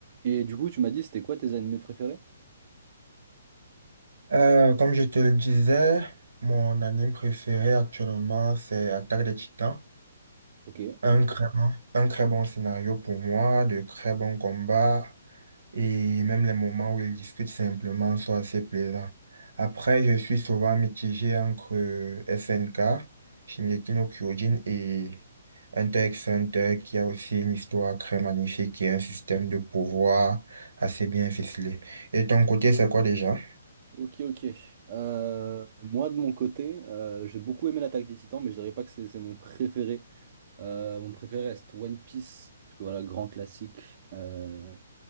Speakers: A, on the right; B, on the right.
A: Et du coup, tu m'as dit, c'était quoi tes animés préférés?
B: Euh, comme je te le disais, mon anime préféré actuellement, c'est Attaque des Titans.
A: Ok.
B: Un très bon, un très bon scénario pour moi, de très bons combats, et même les moments où ils discutent simplement sont assez plaisants. Après, je suis souvent mitigé entre euh, SNK, Shingeki no Kyojin et Hunter x Hunter, qui a aussi une histoire très magnifique et un système de pouvoir assez bien ficelé. Et ton côté, c'est quoi déjà?
A: Ok, ok. Euh, moi, de mon côté, euh, j'ai beaucoup aimé l'Attaque des Titans, mais je dirais pas que c'est c'est mon préféré. Euh, mon préféré reste One Piece, parce que voilà, grand classique. Euh,